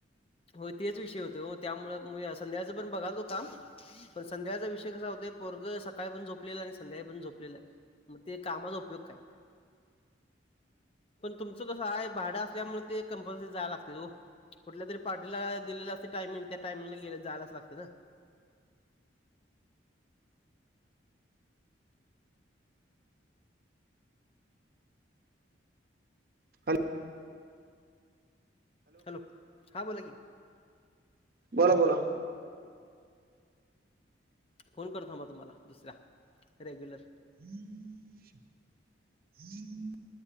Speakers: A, on the left; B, on the right.
A: होय, तेच विषय होतोय वो, त्यामुळ संध्याकाळच पण बघालतो काम. पण संध्याकाळचा विषय कसा होतोय पोरगं सकाळी पण झोपलेला, आणि संध्याकाळी पण झोपलेला मग ते कामाचा उपयोग काय? पण तुमचं कसं हाय, भाडं असल्यामुळ ते कंपल्सरी जायला लागतयच वो, कुठल्या तरी पार्टीला दिलेलं असतय टायमिंग, त्या टायमिंगला गेल जायलच लागतय ना.
B: हॅल.
A: लो, हां बोला की.
B: बोला, बोला.
A: फोन करतो थांबा तुम्हाला दुसऱ्या, रेग्युलर.
B: <inaudible>